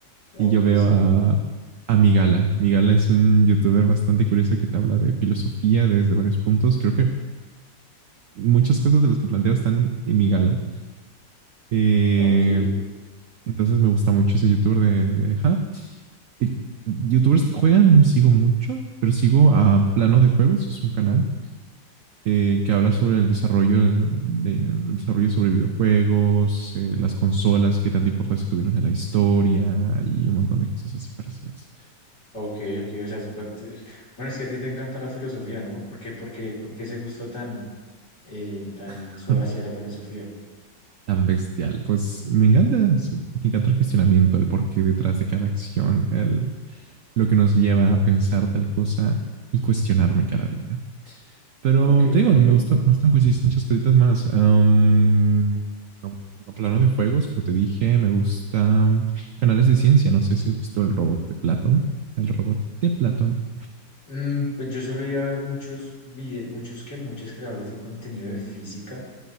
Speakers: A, on the left; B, on the right.
A: Ok,
B: y yo veo
A: sí.
B: a, a Migala. Migala es un youtuber bastante curioso que te habla de filosofía desde varios puntos. Creo que muchas cosas de las que planteo están en Migala. Eh,
A: Ok,
B: entonces me gusta mucho ese youtuber de, de ajá. Y youtubers que juegan no sigo mucho, pero sigo a Plano de Juegos, es un canal eh, que habla sobre el desarrollo, de, el desarrollo sobre videojuegos, eh, las consolas, qué tanta importancia tuvieron en la historia y un montón de cosas así parecidas.
A: ok, ok. O sea, es- bueno, es que a ti te encanta la filosofía, ¿no? ¿Por qué, por qué, por qué ese gusto tan, eh, tan
B: <laughs>
A: so- hacia la filosofía?
B: Tan bestial. Pues me encanta, sí, me encanta el cuestionamiento, el porqué detrás de cada acción, el, lo que nos lleva a pensar tal cosa y cuestionarme cada día. Pero
A: Ok,
B: te digo,
A: ok.
B: no me gusta, me gustan coincidir muchas cositas más. Am, no, no plano de juegos, como te dije, me gustan canales de ciencia. No sé si has visto el robot de Platón. El robot de Platón.
A: Mm, pues yo solo iba a ver muchos vide- muchos que muchos creadores de contenido de física.